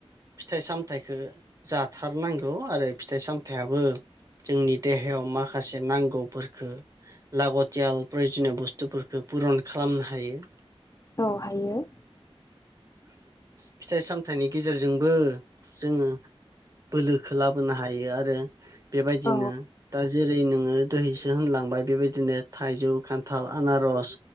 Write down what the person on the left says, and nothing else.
औ हायो।
औ